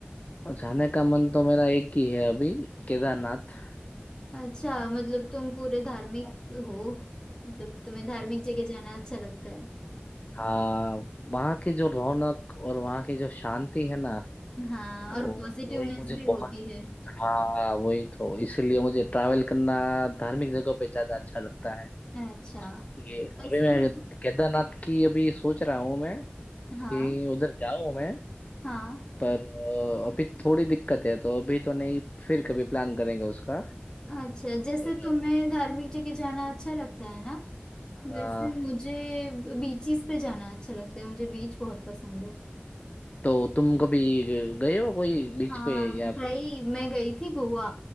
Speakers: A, on the left; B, on the left.
A: और जाने का मन तो मेरा एक ही है अभी केदारनाथ
B: अच्छा मतलब तुम पूरे धार्मिक
A: हाँ
B: हो मतलब तुम्हें धार्मिक जगह जाना अच्छा लगता है
A: हाँ वहाँ की जो रौनक और वहाँ की जो शांति है ना
B: हाँ
A: वो
B: और पॉजिटिवनेस
A: वही मुझे
B: भी
A: बहुत
B: होती है
A: हाँ वही तो इसलिए मुझे ट्रैवल करना धार्मिक जगह पे ज्यादा अच्छा लगता है
B: अच्छा
A: कि
B: वैसे
A: अभी मैं केदारनाथ की अभी सोच रहा हूँ मैं कि
B: हाँ
A: उधर जाऊँ मैं
B: हाँ
A: पर अ, अभी थोड़ी दिक्कत है तो अभी तो नहीं फिर कभी प्लान करेंगे उसका
B: अच्छा जैसे
A: पर
B: तुम्हें धार्मिक जगह जाना अच्छा लगता है ना
A: हाँ
B: वैसे मुझे बीचेस पे जाना अच्छा लगता है मुझे बीच बहुत पसंद है
A: तो तुम कभी गए हो कोई बीच
B: हाँ
A: पे या
B: भाई
A: फिर
B: मैं गई थी गोवा